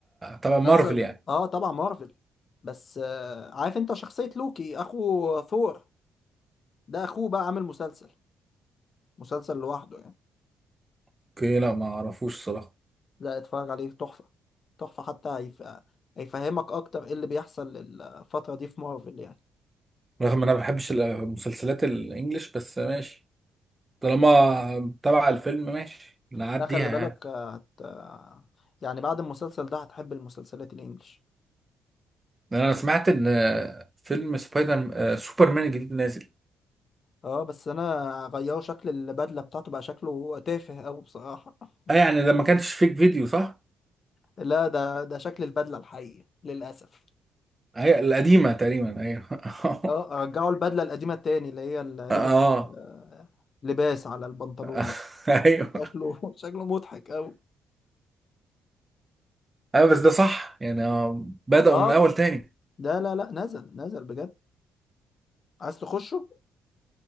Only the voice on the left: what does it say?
مسلسل
اه طبعا مارفل بس آه، عارف انت شخصية لوكي اخو ثور ده اخوه بقى عامل مسلسل مسلسل لوحده يعني
لا اتفرج عليه تحفة تحفة حتى هيف... هيفهمك اكتر ايه اللي بيحصل الفترة دي في مارفل يعني
لا خلي بالك
آه، هت... آه، يعني بعد المسلسل ده هتحب المسلسلات الانجليش
اه بس انا غيروا شكل البدله بتاعته بقى شكله تافه قوي بصراحه <laughs>
لا ده ده شكل البدله الحقيقي للاسف
اه رجعوا البدله القديمه تاني اللي هي اللي لابس
آه، لباس على البنطلون
شكله <laughs> شكله مضحك قوي
اه
ده لا لا نزل نزل بجد عايز تخشه